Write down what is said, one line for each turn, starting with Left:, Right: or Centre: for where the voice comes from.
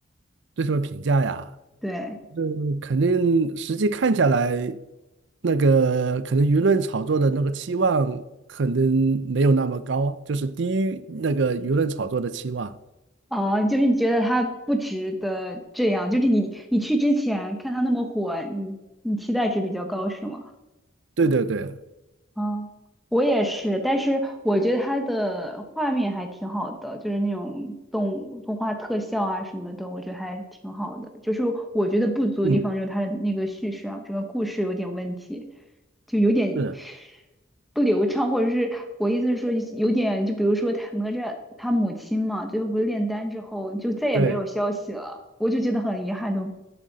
Right: 对什么评价呀？
Centre: 对。
Right: 嗯，肯定实际看下来，那个可能舆论炒作的那个期望可能没有那么高，就是低于那个舆论炒作的期望。
Centre: 哦，就是你觉得他不值得这样，就是你你去之前看他那么火，你你期待值比较高是吗？
Right: 对对对，
Centre: 哦，我也是，但是我觉得它的画面还挺好的，就是那种动物动画特效啊什么的，我觉得还挺好的。就是我觉得不足的地方就是它的那个叙事啊，
Right: 嗯，
Centre: 整个故事有点问题，就有点
Right: 是，
Centre: 不流畅，或者是我意思是说有点，就比如说他哪吒他母亲嘛，最后不是炼丹之后就再也没有消息了，
Right: 对，
Centre: 我就觉得很遗憾，都